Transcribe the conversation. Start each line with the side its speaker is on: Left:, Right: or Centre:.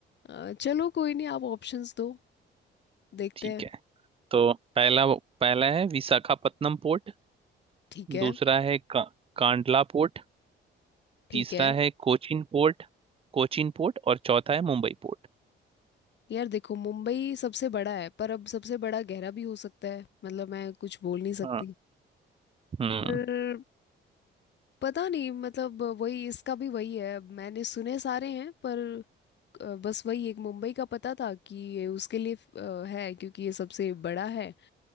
Left: अ, चलो कोई नहीं आप ऑप्शंस दो देखते
Right: ठीक
Left: हैं
Right: है तो पहला पहला है विशाखापत्तनम पोर्ट
Left: ठीक है
Right: दूसरा है का, कांडला पोर्ट
Left: ठीक
Right: तीसरा
Left: है
Right: है कोचिन पोर्ट कोचिन पोर्ट और चौथा है मुंबई पोर्ट
Left: यार देखो मुंबई सबसे बड़ा है पर अब सबसे बड़ा गहरा भी हो सकता है मतलब मैं कुछ बोल नहीं सकती
Right: हाँ हम्म
Left: पर पता नहीं मतलब वही इसका भी वही है मैंने सुने सारे हैं पर अ, बस वही एक मुंबई का पता था कि ये उसके लिए अ, है क्योंकि ये सबसे बड़ा है